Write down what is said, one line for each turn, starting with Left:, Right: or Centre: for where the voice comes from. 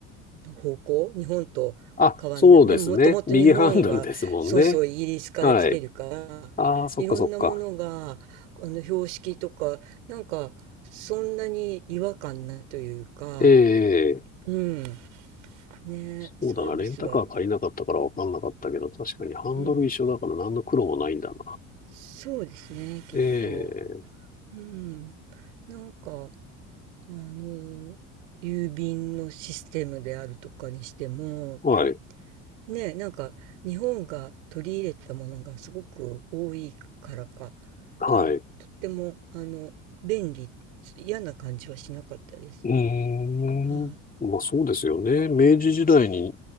Right: 方向、日本と変わんない。
Left: あ、そうですね。
Right: でももともと日本はそうそうイギリスから来てるから、
Left: 右ハンドルですもんね。はい。ああ、そっかそっか。
Right: いろんなものがあの標識とかなんかそんなに違和感ないというか、
Left: ええ、
Right: うん。ね、
Left: そうだな。
Right: サービスは、
Left: レンタカー借りなかったからわかんなかったけど、確かにハンドル一緒だから何の苦労もないんだな。
Right: うん、そうですね、きっと。
Left: ええ、
Right: うん。なんか。あの、郵便のシステムであるとかにしても、
Left: はい。
Right: ね、なんか日本が取り入れたものがすごく多いからか、
Left: はい。
Right: なんとっても、あの、便利、嫌な感じはしなかったです。
Left: うーん。
Right: は
Left: まあそうですよね。明治時代に